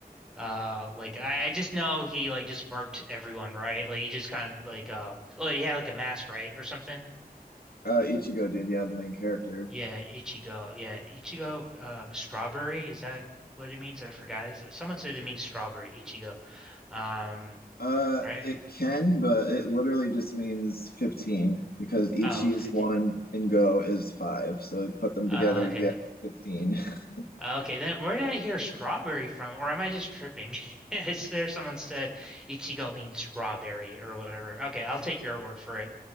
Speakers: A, in the centre; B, on the left.
A: uh, like I, I just know he like just murked everyone, right? Like he just kind of like um, oh, he had like a mask, right, or something.
B: Uh, Ichigo did. Yeah, the main character.
A: Yeah, Ichigo. Yeah, Ichigo, uh, strawberry, is that what it means? I forgot. S- Someone said it means strawberry, Ichigo. Um,
B: Uh,
A: right?
B: it can, but it literally just means 15 because Ichi
A: Oh,
B: is
A: fifteen.
B: one and Go is five. So you put them
A: Uh,
B: together,
A: okay.
B: you get 15. <laughs>
A: Uh, okay, then where did I hear strawberry from? Or am I just tripping? <laughs> Is there someone said Ichigo means strawberry or whatever? Okay, I'll take your word for it.